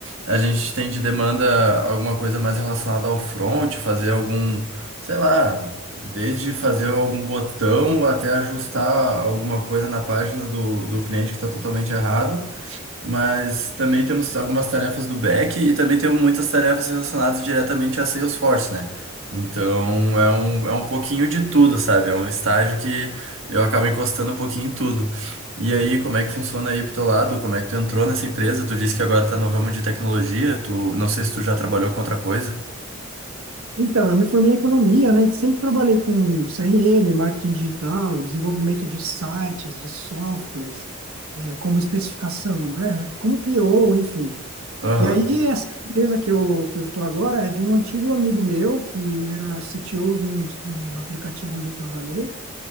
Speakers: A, on the right (about 65°); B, on the right (about 85°).
A: a gente tem de demanda alguma coisa mais relacionada ao front, fazer algum, sei lá, desde fazer algum botão até ajustar alguma coisa na página do, do cliente que está totalmente errado. Mas também temos algumas tarefas do back e também temos muitas tarefas relacionadas diretamente a Salesforce, né? Então é um, é um pouquinho de tudo, sabe? É um estágio que eu acabo encostando um pouquinho em tudo. E aí, como é que funciona aí pro teu lado? Como é que tu entrou nessa empresa? Tu disse que agora tá no ramo de tecnologia, tu não sei se tu já trabalhou com outra coisa.
B: Então, eu me formei em economia, né? E sempre trabalhei com CRM, marketing digital, desenvolvimento de sites, de softwares, eh, como especificação, né? Como PO, enfim.
A: Aham.
B: E aí, essa empresa que eu, que eu tô agora é de um antigo amigo meu, que era CTO de um, um aplicativo onde eu trabalhei,